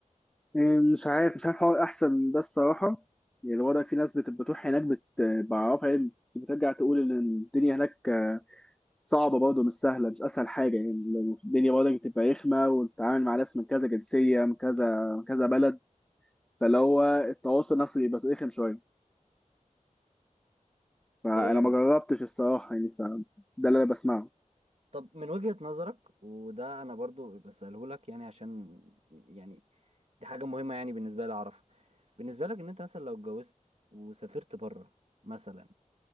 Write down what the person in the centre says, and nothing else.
أمم، مش عارف مش عارف حوار احسن ده الصراحه يعني الوضع في ناس بت- بتروح هناك بت- بعرفها يعني بترجع تقول ان الدنيا هناك صعبه برضه مش سهله مش اسهل حاجه يعني الدنيا برضه بتبقى رخمه وبتتعامل مع ناس من كذا جنسيه من كذا من كذا بلد فاللي هو التواصل نفسه بيبقى رخم شويه فانا
ما جربتش الصراحه يعني فده اللي انا بسمعه